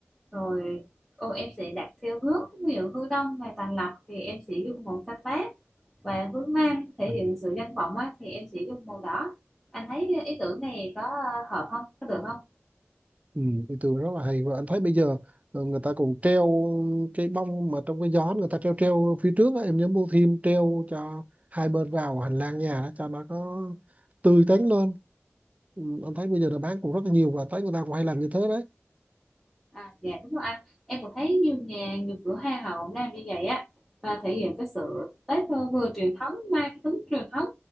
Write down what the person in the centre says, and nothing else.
rồi ô em sẽ đặt theo hướng ví dụ hướng đông về tàn lập thì em sẽ dùng màu xanh lá và hướng nam thể
hiện sự danh vọng á, thì em sẽ dùng màu đỏ anh thấy ý tưởng này có hợp không có được không
à dạ đúng rồi anh em cũng thấy nhiều nhà nhiều cửa hàng họ cũng làm như vậy á và thể hiện cái sự Tết vừa truyền thống mang tính truyền thống